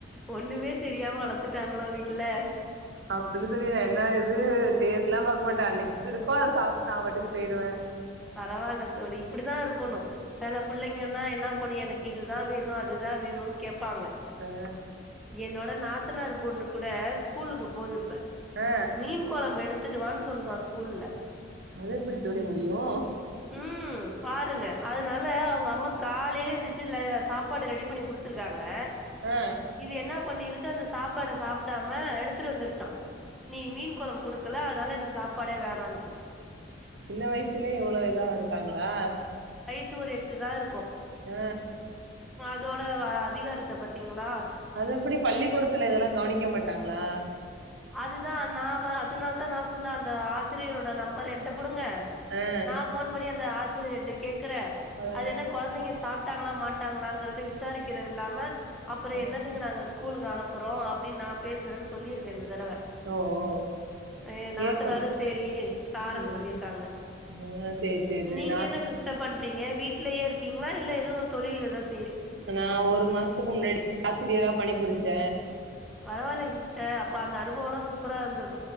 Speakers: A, in the centre; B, on the right.
A: ஒன்னுமே தெரியாம வளத்துட்டாங்களோ வீட்ல
B: அப்டிலாம் தெரியா என்ன இது டேஸ்ட் எல்லாம் பாக்க மாட்டேன் அன்னைக்கு என்னா இருக்கோ அதை சாப்ட்டு நான் பாட்டுக்கு போயிடுவேன்
A: பரவாயில்ல தோழி இப்படிதான் இருக்கனும் செல பிள்ளைங்கன்னா என்ன பண்ணும் எனக்கு இதுதான் வேணும் அதுதான் வேணும்ன்னு கேட்பாங்க
B: ஆ
A: என்னோட நாத்தனார் பொண்ணு கூட ஸ்கூலுக்கு போதுப்ப
B: ஆ
A: மீன் குழம்பு எடுத் துட்டு வான்னு சொல்லுதான் ஸ்கூல்ல
B: அது எப்டி தோழி முடியும்
A: ம் பாத் துங்க அதனால அவுங்க அம்மா காலேல எந்திரிச் இதுல சாப்பாடு ரெடி பண்ணி குடுத்துருக்காங் ங்க
B: ஆ
A: இது என்னா பண்ணிருக் இது அந்த சாப்பாட சாப்டாம ம எடுத்துட்டு வந்துருச்சா நீ மீன் கொழம்பு குடுக்கல அதனால எனக்கு சாப்பாடே வேணான்ட்டு
B: சின்ன வயசுலயே இவ்ளோ இதா இருக்காங்ளா
A: சு எட்டு தா இருக்கு
B: ஆ
A: இதோட அதிகாரத்த பாத்தீங்ளா
B: அது எப்டி பள்ளிக்கூடத்ல இதெல்லா கவனிக்க மாட்டாங்ளா
A: அதுதா நா அதனால தா நா சொன்ன அந்த ஆசிரியரோட நம்பர் என்ட குடுங்க
B: ஆ
A: நா ஃபோன் பண்ணி அந்த ஆசிரி அதுகட்ட கேட் க்கறே
B: அதானே
A: அது என்ன கொழந்தைக சாப் ட்டாங்ளா மாட்ட ட்டாங்களாங்கிறது விசாரிக்கிறல்லா ம அப்பற
B: ம்.
A: என்னதுக்கு நாங்க ஸ்கூ கூலுக்கு அனுப் றோ அப்டினு நா பேசுறேனு சொல்லிரு இந்த தடவ
B: ஓ ஓ
A: எ
B: கேட்கணு
A: நாத்தனாரு சேரி தரேன்னு
B: ம்
A: சொல்லி இருக்காங்க
B: ஆ சேரி சேரி தோழி
A: நீங்க
B: நா
A: என்ன சிஸ்டர் பண் இங்க வீட்லேயே இருக்கீங்ளா இல்ல ஏதோ தொழில் ஏதாச்
B: நா ஒரு மாசத்துக்கு முன்னாடி ஆசிரியரா பணி புரிஞ்சே
A: பரவாயல்லயே சிஸ்டர் அப்ப அந்த அனுபவ எல்லா சூப்பரா இருந்திருக்கு